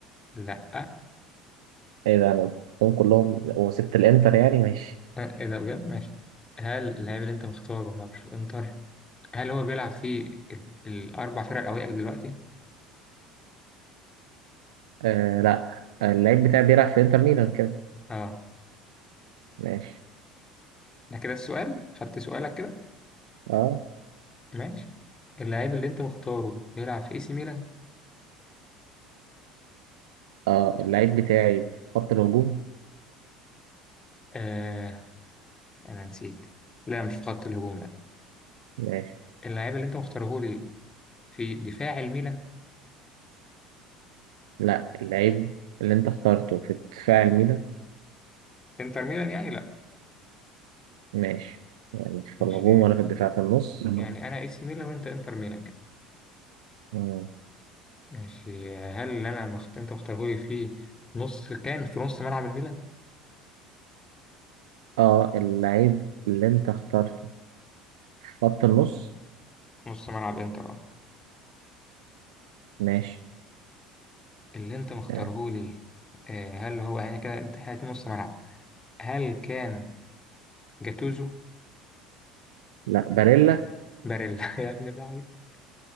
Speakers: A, on the left; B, on the right.
A: لا
B: ايه ده انا قلتهم كلهم وسبت الانتر يعني ماشي
A: آه، ايه ده بجد ماشي هل اللاعب اللي انت مختاره ما بيلعبش في الانتر هل هو بيلعب في ال- الأربع فرق الأوائل دلوقتي؟
B: آه لا آه، اللعيب بتاعي بيلعب في انتر ميلان كده
A: اه
B: ماشي
A: ده كده السؤال خدت سؤالك كده
B: اه
A: ماشي اللاعب اللي أنت مختاره بيلعب في اي سي ميلان؟
B: اه اللعيب بتاعي في خط الهجوم
A: آه أنا نسيت لا مش في خط الهجوم لا
B: ماشي
A: اللاعب اللي أنت مختاره لي في دفاع الميلان
B: لا اللعيب اللي انت اخترته في دفاع الميلان
A: انتر ميلان يعني لا
B: ماشي يعني في
A: ماشي
B: الهجوم ولا في الدفاع في النص مم.
A: يعني أنا اي سي ميلان وأنت انتر ميلان كده
B: مم.
A: ماشي هل اللي أنا مخت... أنت مختاره لي في نص كان في نص ملعب الميلان؟
B: اه اللعيب اللي انت اخترته في خط النص
A: نص ملعب انتر اه
B: ماشي
A: اللي أنت مختاره
B: آه.
A: لي آه هل هو يعني كده أنت حياتي نص ملعب هل كان جاتوزو
B: لا باريلا
A: باريلا <laughs> يا ابن اللعيب